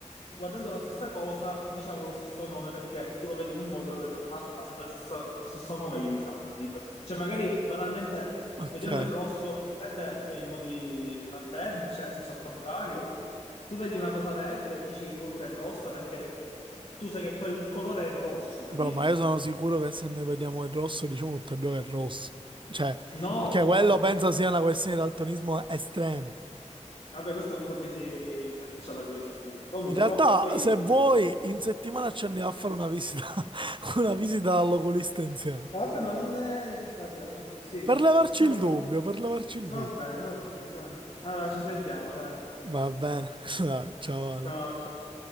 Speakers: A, on the left (about 50°); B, on the right (about 40°).
A: guardando la stessa cosa diciamo lo stesso nome perché tu lo vedi in un modo, io lo vedo in un altro, ma sempre la stessa- lo stesso nome gli diciamo, capito? Cioè magari banalmente
B: ok.
A: vediamo il rosso e il verde eh, in modi alterni, cioè nel senso al contrario. Tu vedi una cosa verde e dici che comunque è rossa perché tu sai che quel colore è il rosso, capito?
B: Bro, ma io sono sicuro che se noi vediamo il rosso, diciamo tutti e due che è rosso. Cioè,
A: No,
B: perché quello
A: no.
B: penso sia una questione di daltonismo estremo.
A: Vabbè, questo comunque poi si, si affaccia alla filosofia. Comunque,
B: In realtà,
A: vabbè, poi...
B: se vuoi, in settimana ci andiamo a fare una visita, <laughs> una visita all'oculista insieme.
A: Vabbè, ma non è... Vabbè, no, sì,
B: Per levarci
A: possiamo...
B: il dubbio, per levarci il dubbio.
A: Va bene, va bene, dai. Allora, ci sentiamo, dai.
B: Va bene, <laughs> dai, ciao Ale.
A: Ciao, ciao.